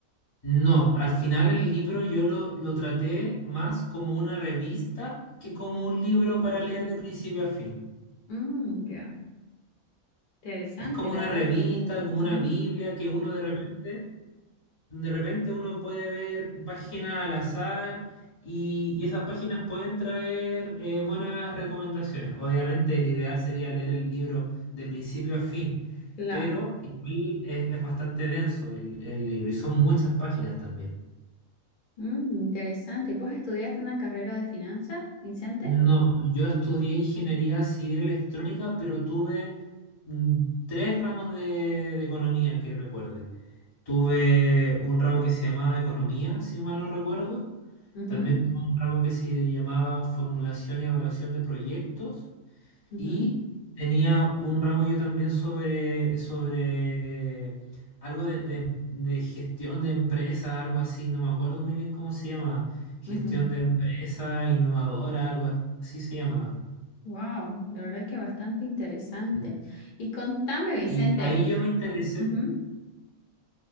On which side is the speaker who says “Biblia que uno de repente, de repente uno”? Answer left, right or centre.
Left